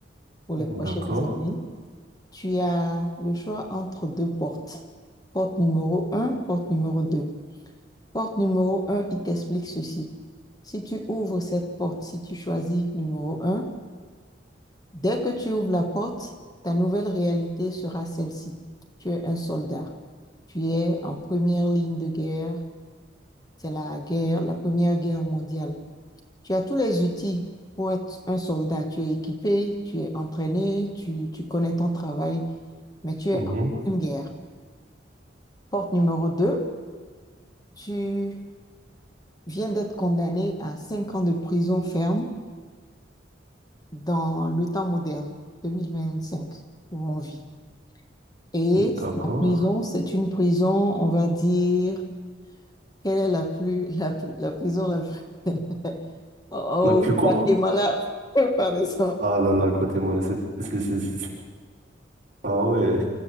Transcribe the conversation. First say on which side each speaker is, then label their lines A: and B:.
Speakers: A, on the left (about 20°); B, on the right (about 45°).
A: pour
B: d'accord.
A: les prochaines années. Tu as le choix entre deux portes. Porte numéro un, porte numéro 2. Porte numéro un, il t'explique ceci. Si tu ouvres cette porte, si tu choisis numéro un. Dès que tu ouvres la porte, ta nouvelle réalité sera celle-ci. Tu es un soldat. Tu es en première ligne de guerre. C'est la guerre, la première guerre mondiale. Tu as tous les outils pour être un soldat. Tu es équipé, tu es entraîné, tu, tu connais ton travail, mais tu
B: Mhm.
A: es en pleine guerre. Porte numéro 2. tu viens d'être condamné à 5 ans de prison ferme dans le temps moderne, 2025, où on vit. Et
B: D'accord.
A: la prison, c'est une prison, on va dire, quelle est la plus, la, plus- la prison la plus... <laughs> Au
B: La plus
A: Guatemala,
B: quoi?
A: <laughs> par exemple.
B: Ah là là, Guatemala, c'est... c'est- c'est- c'est- Ah ouais.